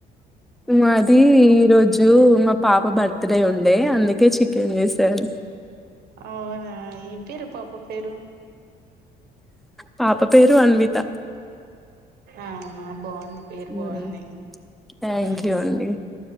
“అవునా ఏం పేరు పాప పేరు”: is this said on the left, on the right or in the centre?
Right